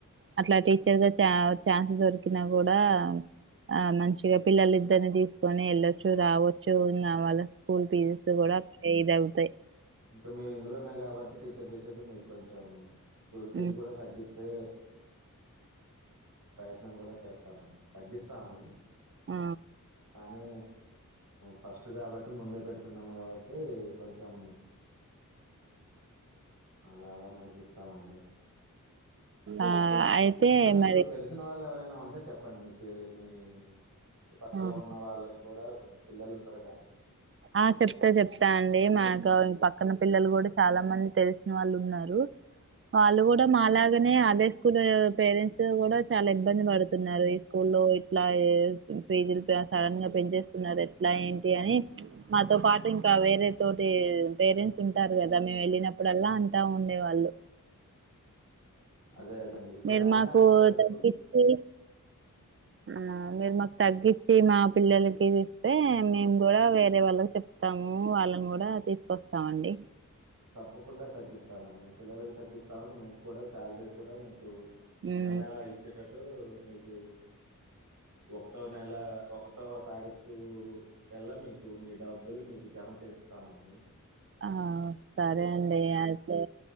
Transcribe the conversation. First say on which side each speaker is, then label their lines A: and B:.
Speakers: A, on the right; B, on the right.
A: అట్లా టీచర్గా చ ఛాన్సె దొరికినా కూడా ఆ మంచిగ పిల్లలు ఇద్దరిని తీసుకొని వెళ్ళొచ్చు రావచ్చు కావాల స్కూల్ ఫీజెస్
B: ఆ!
A: కూడా ఇదవుతాయి
B: ఇంకా మీరు ఇందులోనే కాబట్టి టీచర్ చేసేది మీకు కొంచెం స్కూల్ ఫీజు
A: ఉమ్,
B: కూడా తగ్గి చ్చే ప్రయత్నం కూడా చేస్తామండి తగ్గిస్తాము
A: ఆ
B: కానీ ఫస్ట్ కాబట్టి ముందే పెడుతు న్నాము కాబట్టి కొంచెం అలా అలా నడిపిస్తు తామండి
A: ఆ అయితే
B: ఇంక మీకు
A: మరి
B: తెలుసు ల్సిన వాళ్ళు ఎవరైనా ఉంటే చెప్పండి మీ పే మీ ఇ పక్కల
A: ఆ
B: ఉన్నవాళ్ళని కూడా కొంచెం పిల్లలుంటారు కా అండి
A: ఆ చెప్తా చెప్తా అండి మాకు ఇం పక్క పక్కన పిల్లలు కూడా చాలా మంది తెలిసిన వాళ్ళు ఉన్నారు వాళ్ళు కూడా మా లాగానే అదే స్కూల్ పేరెంట్స్ కూడా చాలా ఇబ్బంది పడుతున్నారు ఈ స్కూలు అట్లా ఫీజులు సడన్గా పెంచేస్తున్నారు ఎట్లా ఏంటి అని మాతో పాటు ఇంకా వేరే తోటి పేరెంట్స్ ఉంటారు కదా మేము వెళ్ళినప్పుడల్లా అంటా ఉండే వాళ్ళు
B: అదే అదండి ఇప్పుడు
A: మీరు
B: అయినా
A: మాకు
B: ప్రైవేట్
A: తగ్గించి
B: స్కూల్
A: ఆ మీరు మాకు తగ్గచ్చి మా పిల్లలకి ఇస్తే మేము కూడా వేరే వాళ్ళకి చెప్త ప్తాము వాళ్ళను కూడా తీసుకొస్తామండి
B: తప్పకుండా తగ్గిస్తామండి మీ పిల్లలలకు తగ్గిస్తాము మీకు కూడా శాలరీ కూడా మీకు
A: మ్మ్
B: నెల నెల ఇచ్చేటట్టు మీకు ఒకటో నెల ఒకటో తారీఖు కల్ల మీకు మీ డబ్బులు మీకు జెమ చేస్తామండి
A: ఆ సరే అండి అయితే